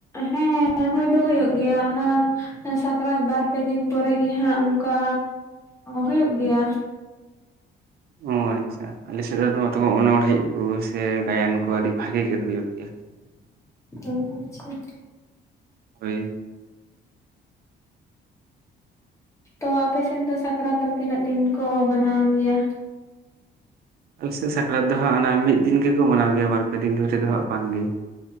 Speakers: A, on the left; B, on the right.
A: ᱦᱮᱸ ᱦᱩᱭ ᱫᱚ ᱦᱳᱭᱳᱜ ᱜᱮᱭᱟ ᱚᱱᱮ ᱾ ᱦᱮᱸ ᱥᱟᱠᱨᱟᱛ ᱵᱟᱨ ᱯᱮ ᱫᱤᱱ ᱯᱚᱨᱮ ᱜᱮ ᱦᱟᱸᱜ ᱚᱱᱠᱟ ᱦᱩᱭᱩᱜ ᱜᱮᱭᱟ ᱾
B: ᱚᱸ ᱟᱪᱪᱷᱟ ᱟᱞᱮ ᱥᱮᱫ ᱫᱚ ᱢᱟᱛᱚ ᱢᱟ ᱚᱱᱚᱲᱦᱮᱸᱡ ᱠᱚ ᱥᱮ ᱜᱟᱭᱟᱱ ᱠᱚ ᱟᱹᱰᱤ ᱵᱷᱟᱜᱮ ᱜᱮ ᱦᱩᱭᱩᱜ ᱜᱮᱭᱟ ᱾
A: ᱚ ᱟᱪᱪᱷᱟ ᱾
B: ᱦᱟᱹᱭ
A: ᱛᱚ ᱟᱯᱮ ᱥᱮᱱ ᱫᱚ ᱥᱟᱠᱨᱟᱛ ᱫᱚ ᱛᱤᱱᱟᱹᱜ ᱫᱤᱱ ᱠᱚ ᱢᱟᱱᱟᱣ ᱜᱮᱭᱟ?
B: ᱳᱭ ᱥᱮ ᱥᱟᱠᱨᱟᱛ ᱫᱚ ᱦᱟᱸᱜ ᱚᱱᱟ ᱢᱤᱫ ᱫᱤᱱ ᱜᱮᱠᱚ ᱢᱟᱱᱟᱣ ᱜᱮᱭᱟ ᱵᱟᱨ ᱯᱮ ᱫᱤᱱ ᱫᱷᱚᱨᱮ ᱫᱚ ᱦᱟᱸᱜ ᱵᱟᱝ ᱜᱮ ᱾